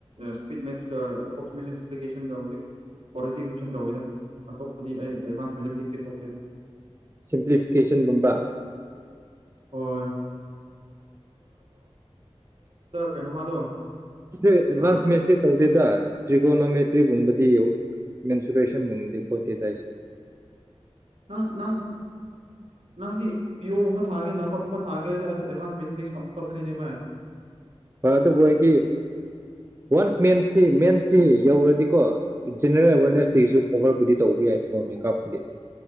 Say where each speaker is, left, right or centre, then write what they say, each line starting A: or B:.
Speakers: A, on the right (about 70°); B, on the right (about 25°).
A: ꯏꯁꯄꯖꯤ꯭ꯤꯚꯟ ꯇꯧꯋꯤꯗ ꯑꯇꯣꯞꯄꯗꯤ ꯑꯩ ꯑꯦꯗꯚꯥꯟꯁ ꯃꯦꯊꯃꯦꯇꯤꯛꯁꯁꯦ ꯁꯣꯛꯇꯦꯗ
B: ꯁꯤꯝꯄ꯭ꯂꯤꯐꯤꯀꯦꯁꯟꯒꯨꯝꯕ
A: ꯍ ꯀꯩꯅꯣꯃꯗꯣ
B: ꯑꯦꯗꯚꯟꯁ
A: ꯑꯥ
B: ꯃꯦꯁ ꯇꯧꯗ ꯇ꯭ꯔꯤꯒꯣꯅ ꯃ ꯇ꯭ꯔꯤꯒꯨꯝꯕꯗꯤ ꯌꯨ ꯃꯦꯟꯁꯨꯔꯦꯁꯟꯒꯨꯝꯕꯗꯤ ꯈꯣꯠꯇꯤ ꯇꯥꯏꯁ
A: ꯅꯪ ꯅꯪ ꯅꯪꯗꯤ ꯄꯤꯌꯣꯒꯨꯝꯕ ꯊꯥꯒꯦ ꯅꯥꯕꯠꯀꯨꯝꯕ ꯊꯥꯒꯦ ꯑꯦꯚꯁ ꯃ ꯀꯝꯄꯜꯁꯔꯤꯚ
B: ꯑꯗꯨꯕꯨ ꯑꯩꯗꯤ ꯋꯥꯟꯁ ꯃꯦꯟꯁꯤ ꯃꯦꯟꯁꯤ ꯌꯧꯔꯗꯤꯀꯣ ꯖꯅꯦꯔꯦꯜ ꯑꯦꯋꯥꯔꯅꯦꯁꯁꯨ
A: ꯎꯝ
B: ꯈꯣꯕꯔꯕꯨꯗꯤ ꯇꯧꯕ ꯌꯥꯏꯕꯀꯣ ꯃꯦꯀꯞꯄꯨꯗꯤ